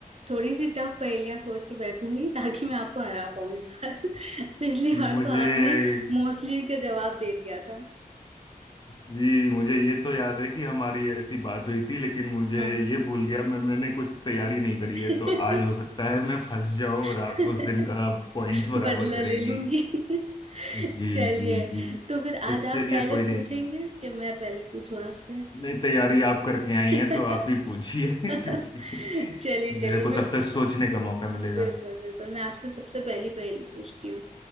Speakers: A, on the right; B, on the left.
A: थोड़ी सी टफ पहेलियां सोच के बैठूंगी ताकि मैं आपको हरा पाऊँ इस बार <laughs> पिछली बार
B: मुझे
A: तो आपने मोस्टली का जवाब दे दिया था
B: जी मुझे ये तो याद है कि हमारी ऐसी बात हुई थी लेकिन मुझे
A: हाँ
B: ये भूल गया मैं मैंने कुछ तैयारी नहीं करी
A: <laughs>
B: है तो आज हो सकता है मैं फंस जाऊं और
A: <laughs>
B: आप उस दिन का पॉइंट्स बराबर
A: बदला
B: करेंगी
A: ले लूंगी <laughs>
B: जी
A: चलिए
B: जी जी
A: तो फिर
B: तो
A: आज
B: चलिए
A: आप पहले
B: कोई नहीं
A: पूछेंगे कि मैं पहले पूछूं आपसे
B: नहीं तैयारी आप करके आई
A: <laughs>
B: हैं तो आप ही पूछिए
A: चलिए
B: <laughs> क्योंकि
A: चलिए
B: मेरे को
A: मैं
B: तब तक सोचने का मौका मिलेगा
A: बिल्कुल बिल्कुल मैं आपसे सबसे पहली पहेली पूछती हूँ